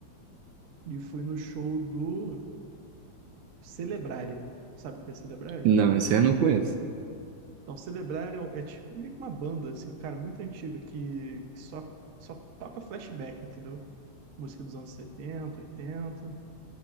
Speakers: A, on the right; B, on the right.
A: e fui no show do Celebraria. Sabe o que é Celebraria?
B: Não, esse aí eu não conheço.
A: Então, Celebraria é, um, é tipo meio que uma banda, assim, cara, muito antiga, que, que só, só toca flashback, entendeu? Música dos anos setenta oitenta